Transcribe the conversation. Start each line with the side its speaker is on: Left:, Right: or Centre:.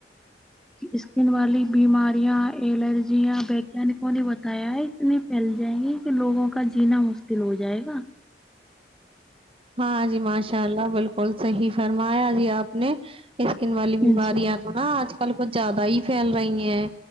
Centre: اسکن والی بیماریاں الرجیاں ویگانکوں نے بتایا ہے اتنی پھیل جائے گی کہ لوگوں کا جینا مشکل ہو جائے گا
Right: ہاں جی ماشاء اللہ بالکل صحیح فرمایا جی آپ نے اسکن والی
Centre: جی
Right: بیماریاں تو نا آج کل کچھ زیادہ ہی پھیل رہی ہیں